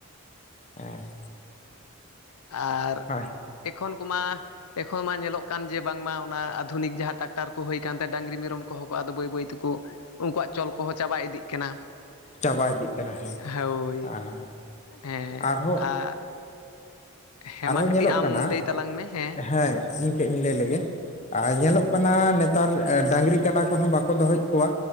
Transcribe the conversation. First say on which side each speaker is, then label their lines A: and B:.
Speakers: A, on the left; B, on the left.
A: ᱦᱮᱸ᱾
B: ᱟᱨ
A: ᱦᱮᱸ
B: ᱮᱠᱷᱚᱱ ᱠᱚᱢᱟ ᱮᱠᱷᱚᱱ ᱢᱟ ᱧᱮᱞᱚᱜ ᱠᱟᱱ ᱡᱮ ᱵᱟᱝᱢᱟ ᱚᱱᱟ ᱟᱫᱷᱩᱱᱤᱠ ᱡᱟᱦᱟᱸ ᱴᱨᱟᱠᱴᱟᱨ ᱠᱚ ᱦᱩᱭ ᱠᱟᱱᱛᱮ ᱰᱟᱹᱝᱨᱤ ᱢᱮᱨᱚᱢ ᱠᱚᱦᱚᱸ ᱠᱚ ᱦᱚᱸ ᱟᱫᱚ ᱵᱟᱹᱭ ᱵᱟᱹᱭ ᱛᱮᱠᱚ ᱩᱱᱠᱩᱣᱟᱜ ᱪᱚᱞ ᱠᱚᱦᱚᱸ ᱪᱟᱵᱟ ᱤᱫᱤᱜ ᱠᱟᱱᱟ᱾
A: ᱪᱟᱵᱟ ᱤᱫᱤᱜ ᱠᱟᱱᱟ ᱦᱮᱸ᱾
B: ᱦᱳᱭ
A: ᱟᱨ
B: ᱦᱮᱸ
A: ᱟᱨᱦᱚᱸ
B: ᱟᱨ ᱦᱮᱸ
A: ᱟᱨᱦᱚᱸ
B: ᱢᱟ ᱠᱟᱹᱴᱤᱡ
A: ᱧᱮᱞᱚᱜ
B: ᱟᱢ
A: ᱠᱟᱱᱟ
B: ᱞᱟᱹᱭ ᱛᱟᱞᱟᱝ ᱢᱮ ᱦᱮᱸ?
A: ᱦᱮᱸ ᱤᱧ ᱠᱟᱹᱡ ᱤᱧ ᱞᱟᱹᱭ ᱞᱮᱜᱮ᱾ ᱟᱨ ᱧᱮᱞᱚᱜ ᱠᱟᱱᱟ ᱱᱮᱛᱟᱨ ᱰᱟᱝᱨᱤ ᱠᱟᱰᱟ ᱠᱚᱦᱚᱸ ᱵᱟᱠᱚ ᱫᱚᱦᱚᱭᱮᱫ ᱠᱚᱣᱟ᱾